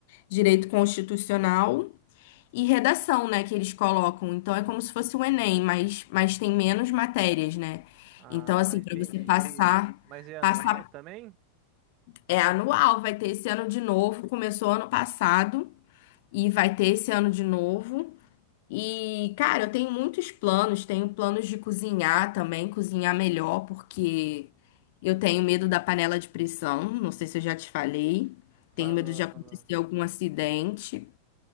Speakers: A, on the left; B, on the right.
A: direito constitucional e redação, né, que eles colocam. Então é como se fosse o Enem, mas, mas tem menos matérias, né?
B: Ah,
A: Então, assim,
B: entendi.
A: para você passar,
B: Mas é anual
A: passar
B: também?
A: É anual, vai ter esse ano de novo. Começou ano passado e vai ter esse ano de novo. E, cara, eu tenho muitos planos. Tenho planos de cozinhar também, cozinhar melhor, porque eu tenho medo da panela de pressão. Não sei se eu já te falei.
B: Falou,
A: Tenho medo de acontecer
B: falou.
A: algum acidente.